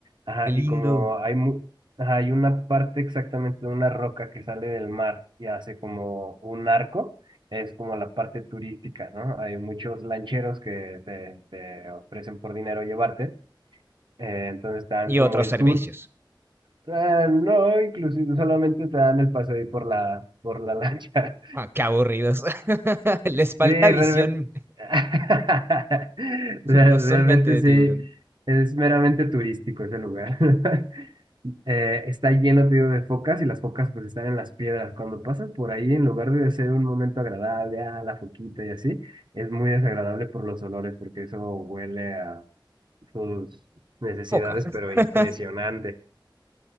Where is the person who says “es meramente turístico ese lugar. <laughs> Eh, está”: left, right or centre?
Right